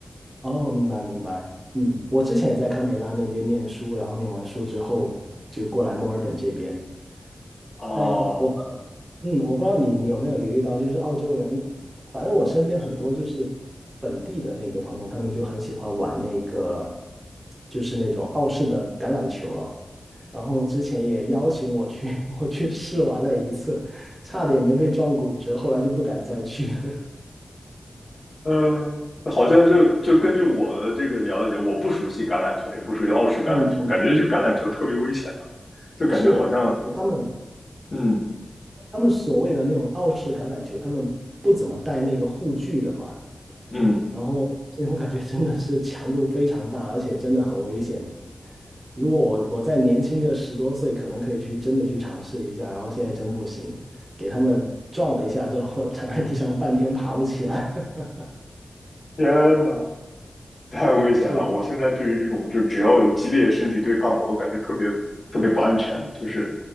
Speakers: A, on the right (about 30°); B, on the left (about 45°).
A: 哦，明白明白。嗯，我之前也在堪培拉那边念书，然后念完书之后就过来墨尔本这边。
B: 啊，
A: 但我不嗯，我不知道你你有没有留意到，就是澳洲人，反正我身边很多就是本地的那个朋友，他们就很喜欢玩那个，就是那种澳式的橄榄球了。然后之前也邀请我去，<laughs> 我去试玩了一次，差点没被撞骨折，后来就不敢再去了。<laughs>
B: 嗯。好像就就根据我的这个了解，我不熟悉橄榄球，也不熟悉澳式橄榄球，
A: 嗯嗯，
B: 感觉就橄榄球特别危险。就感觉好像，
A: 是，而且他们
B: 嗯
A: 他们所谓的那种澳式橄榄球，他们不怎么带那个护具的嘛。
B: 嗯，
A: 然后这种感觉真的是强度非常大，而且真的很危险。如果我我再年轻个十多岁，可能可以去真的去尝试一下，然后现在真不行，给他们撞了一下之后，躺在地上半天爬不起来。<laughs>
B: 天呐，太危险了！
A: 是的，
B: 我现在对于这种就只要有激烈身体对抗的，我都感觉特别特别不安全，就是